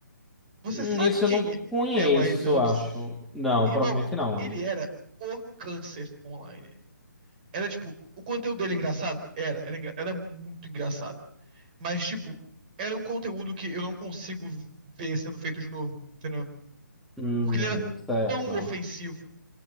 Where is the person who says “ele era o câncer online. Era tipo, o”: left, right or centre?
Right